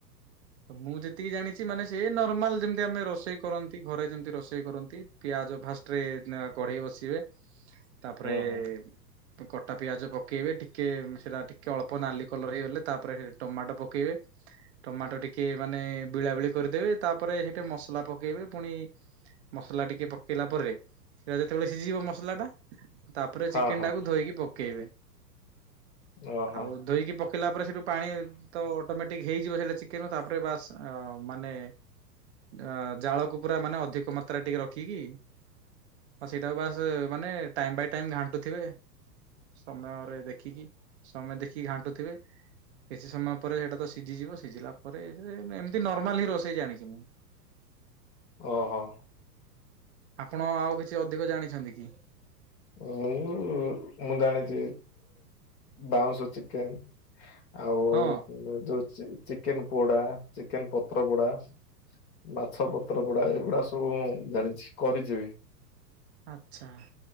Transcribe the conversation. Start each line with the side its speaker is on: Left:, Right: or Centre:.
Right: ମୁଁ ଯେତିକି ଜାଣିଛି ମାନେ ସେ ନର୍ମାଲ ଯେମିତି ଆମେ ରୋଷେଇ। କରନ୍ତି ଘରେ ଯେମିତି ରୋଷେଇ କରନ୍ତି ପିଆଜ ଫାଷ୍ଟ ରେ କଢେଇ ବସିବେ। ତାପରେ।
Left: ହୁଁ ହୁଁ
Right: ତ କଟା ପିଆଜ ପକେଇବେ ଟିକେ ସେଟା ଟିକେ ଅଳ୍ପ ନାଲି କଲର ହେଇଗଲେ ତାପରେ ଟମାଟୋ ପକେଇବେ। ଟମାଟୋ ଟିକେ ମାନେ ଭିଳାଭିଳି କରିଦେବେ ତାପରେ ହେଠି ମସଲା ପ। ପକେଇବେ ପୁଣି ମସଲା ଟିକେ ପକେଇଲା ପରେ। ସେଇଟା ଯେତେବେଳେ ସିଝିଜିବ ମସଲା ଟାତାପରେ
Left: ହଁ
Right: ଚିକେନ
Left: ହଁ ହଁ
Right: ଟାକୁ ଧୋଇକି ପକେଇବେ।
Left: ଓହୋ
Right: ଆଉ ଧୋଇକି ପକେଇଲା ପରେ ସେଇଠୁ ପାଣି ତ ଅଟୋମେଟିକ ହେଇଯିବ ସେଇଟା ଚି ପକେଇବ ତାପରେ ବାସ୍ ଆ ମାନେ ଆ। ଜାଳକୁ ପୁରା ମାନେ ଅଧିକ ମାତ୍ରା ଟିକେ ରଖିକି। ଆଉ ସେଇଟାକୁ ବାସ୍ ମାନେ ଟାଇମ ବାଇ ଟାଇମ ଘାଣ୍ଟୁଥିବେ। ସମୟରେ ଦେଖିକି ସମୟ ଦେଖିକି ଘାଣ୍ଟୁଥିବେ। କିଛି ସମୟ ପରେ ସେଇଟା ତ ସିଝିଯିବ ସିଝିଲା ପରେ ଏ ଯେ ଏମିତି ନର୍ମାଲ ହିଁ ରୋଷେଇ ଜାଣିଛି ମୁଁ।
Left: ଓହୋ।
Right: ଆପଣ ଆଉ କିଛି ଅଧିକ ଜାଣିଛନ୍ତି କି।
Left: ମୁଁ ମୁଁ ଜାଣିଛି ବାଉଁଶ ଚିକେନ। ଆଉ
Right: ହଁ
Left: ଯୋଉ ଚିକେନ ପୋଡା ଚିକେନ ପତ୍ର ପୋଡା। ମାଛ ପତ୍ର ପୋଡା ଏଇଗୁଡା ସବୁ ଜାଣିଛି କରିଛି ବି।
Right: ଆଚ୍ଛା